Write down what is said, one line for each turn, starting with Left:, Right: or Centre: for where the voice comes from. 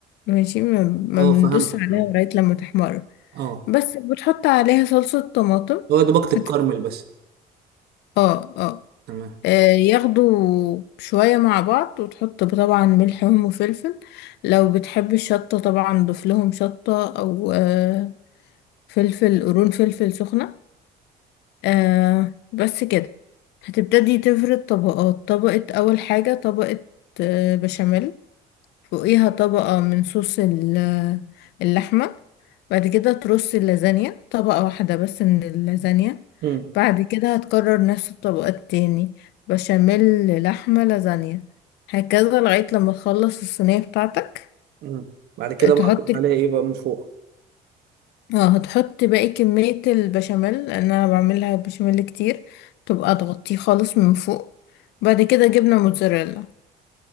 Left: ماشي ما ما
Right: اه
Left: بندوس
Right: فهمت
Left: عليها
Right: فهمت.
Left: لغاية لما تحمر
Right: اه
Left: بس بتحط عليها صلصة طماطم
Right: هو دوبك الكرمل
Left: هت...
Right: بس
Left: اه اه
Right: تمام
Left: آه، ياخدوا شوية مع بعض وتحط طبعا ملحهم وفلفل لو بتحب الشطة طبعا ضيف لهم شطة أو آه فلفل قرون فلفل سخنة آه بس كده هتبتدي تفرد طبقات طبقة أول حاجة طبقة آه بشاميل فوقيها طبقة من صوص ال- اللحمة بعد كده ترص اللازانيا طبقة واحدة بس من اللازانيا
Right: امم
Left: بعد كده هتكرر نفس الطبقة التاني بشاميل لحمة لازانيا هكذا لغاية لما تخلص الصينية بتاعتك
Right: امم بعد كده بقى
Left: تحط
Right: احط عليها ايه بقى من فوق
Left: اه هتحط باقي كمية البشاميل لأن أنا بعملها بشاميل كتير تبقى تغطيه خالص من فوق بعد كده جبنة موتزاريلا